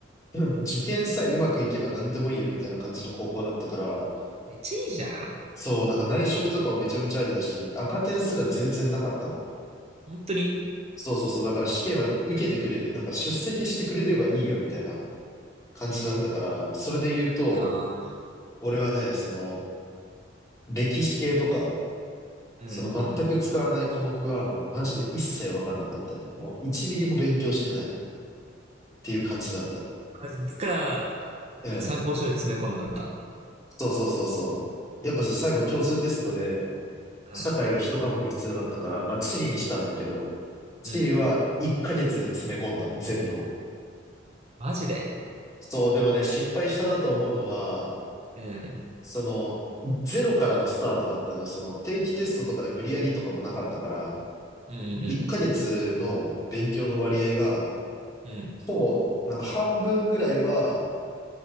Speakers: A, on the left; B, on the right.
A: う、<laughs> うん受験さえうまくいけば何でもいいよみたいな感じの高校だったから、
B: めっちゃいいじゃん。
A: そう、なんか内職とかもめちゃめちゃありだし、赤点すら全然なかったの。
B: 本当に。
A: そうそうそう。だから試験は受けてくれる。なんか出席してくれればいいよみたいな感じだったから、
B: えー、い
A: それで言うと、
B: いな
A: 俺はね、その、歴史系とか、
B: ぁ。うんうんうん。
A: その全く使わない科目はもうマジで一切わかんなかったね。もう1ミリも勉強してないっていう感じだった。
B: まずだから、
A: うん。
B: 参考書で詰め込んだんだ。
A: そうそうそうそう。やっぱさ、最後共通テストで、社会が一科目必要だったから、
B: うん、
A: まあ地理にしたんだけど、地理は1ヶ月で詰め込んだ、
B: うん。
A: 全部を。
B: マジで。
A: そう、でもね、失敗したなと思うのは、
B: うん、
A: その、ゼロからのスタートだったのは、その定期テストとかで無理やりとかもなかったから、
B: うん、うん、
A: 1ヶ月の勉強の割合が、
B: うん、うん。
A: ほぼ、なんか半分ぐらいは、